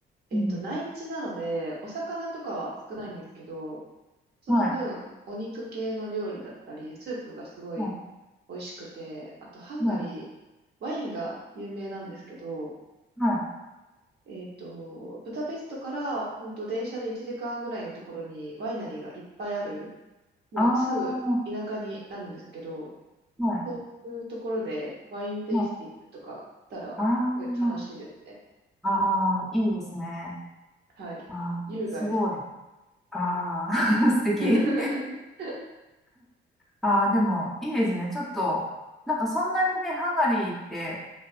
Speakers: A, on the right; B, in the centre.
A: えっと、
B: うん。
A: 内地なので、お魚とかは少ないんですけど、その分、
B: はい。
A: お肉系の料理だったり、スープがすごい
B: は
A: 美味しくて、あと、ハンガリー、
B: い。はい。
A: ワインが有名なんですけど、
B: はい。
A: えっと、ブダペストから本当電車で1時間ぐらいのところにワイナリーがいっぱいある、もうすぐ田舎になるんですけど、
B: ああ、はい。
A: そういうところでワインテイスティングとかしたら、
B: はいああ、
A: すごい楽しいですね。
B: ああ、いいですね。
A: はい。
B: ああ、
A: 優雅です。
B: すごい。ああ、<laughs> 素敵。
A: <laughs>
B: ああ、でも、いいですね。ちょっと、なんかそんなにね、ハンガリーって、